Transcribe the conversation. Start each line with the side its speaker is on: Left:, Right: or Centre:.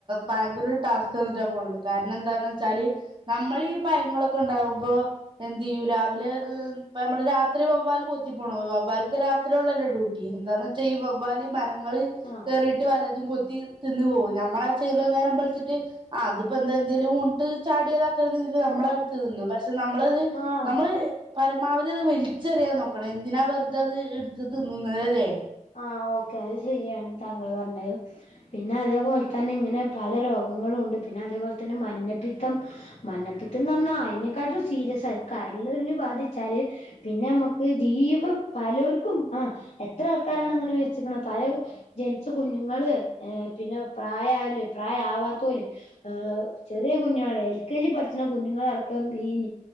Right: ഭയങ്കര ഒരു ടാസ്ക് തന്നിട്ടാ പോണത് കാരണം എന്താന്ന് വെച്ചാല് നമ്മൾ ഈ പയങ്ങളൊക്കെ ഉണ്ടാകുമ്പോ എന്ത് രാവിലെ ഹ് ഇപ്പ നമ്മള് രാത്രി വവ്വാല് കൊത്തി പോണു വവ്വാൽക്ക് രാത്രിയള്ളല്ലോ ഡ്യൂട്ടി എന്താന്ന് വെച്ചാ ഈ വവ്വാല് മരങ്ങള്
Left: ആഹ്
Right: കേയറിട്ട് വല്ലതും കൊത്തി തിന്നു പോവും നമ്മളെ ചില നേരം വെളുത്തിട്ട് ആ അതിപ്പോ എന്താ എന്തേലും വീണ് ചാടിയതാക്ക ഇതില് നമ്മൾ അത് എടുത്ത് തിന്നും പക്ഷെ നമ്മളത്
Left: ആഹ്
Right: ഇപ്പൊ പരമാവധി അത് വെലിച്ചെറിയാൻ നോക്കണ എന്തിനാ വെറുത അത് എടുത്ത് തിന്നുന്നത് അല്ലേ
Left: ആഹ് ഓക്കെ അത് ശരിയാണ് താങ്കൾ പറഞ്ഞത് പിന്നെ അതേപോലെ തന്നെ ഇങ്ങനെ പല രോഗങ്ങളുഉണ്ട് പിന്നെ അതേപോലെ തന്നെ മഞ്ഞപ്പിത്തം മഞ്ഞപിത്തന്ന് പറഞ്ഞാ അതിനെക്കാട്ടും സീരിയസ് ആയി കരളിന് ബാധിച്ചാല് പിന്നെ നമ്മക്ക് ജീവം പലർക്കും ആ എത്ര ആൾക്കാരാണ് അങ്ങനെ മരിച്ചിക്ക്ണേ പല ജനിച്ച കുഞ്ഞുങ്ങള് ഏ പിന്നെ പ്രായം ആയോല് പ്രായം ആവാത്തൊല് ആ ചെറിയ കുഞ്ഞുങ്ങൾ എൽ കെ ജി പഠിക്കുന്ന കുഞ്ഞുങ്ങളടക്കം ഈ